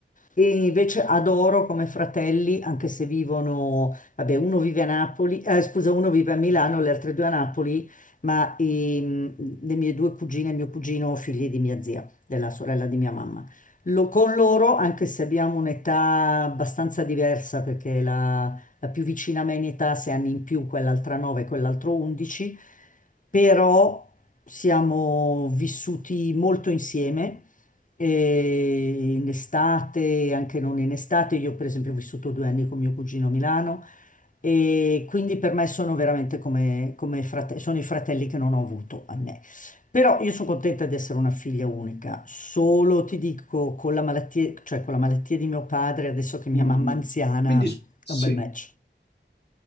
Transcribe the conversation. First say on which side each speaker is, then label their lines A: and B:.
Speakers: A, on the left; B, on the left.
A: E invece adoro come fratelli, anche se vivono, vabbè, uno vive a Napoli, eh, scusa, uno vive a Milano, le altre due a Napoli ma ehm, le mie due cugine e mio cugino, figli di mia zia, della sorella di mia mamma. Lo- con loro, anche se abbiamo un'età abbastanza diversa, perché la, la più vicina a me in età, ha sei anni in più, quell'altra 9, quell'altro 11, però siamo vissuti molto insieme. e in estate, anche non in estate, io per esempio ho vissuto due anni con mio cugino a Milano, e quindi per me sono veramente come, come frate- sono i fratelli che non ho avuto a me. Però io sono contenta di essere una figlia unica, solo ti dico con la malattia, cioè con la malattia di mio padre, adesso che mia
B: Mhm.
A: mamma è anziana,
B: Quindi, s- sì,
A: è un bel match.